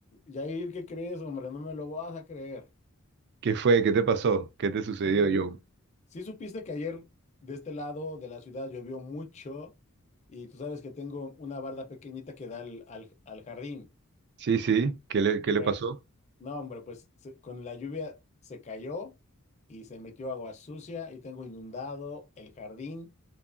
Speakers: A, on the left; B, on the right.
A: Jair, ¿qué crees, hombre? No me lo vas a creer.
B: ¿Qué fue? ¿Qué te pasó? ¿Qué te sucedió,
A: Fíjate,
B: Joe?
A: sí supiste que ayer de este lado de la ciudad llovió mucho y tú sabes que tengo una barda pequeñita que da al, al- al jardín.
B: Sí, sí, ¿qué le, qué le
A: Bueno,
B: pasó?
A: no, hombre, pues se- con la lluvia se cayó y se metió agua sucia y tengo inundado el jardín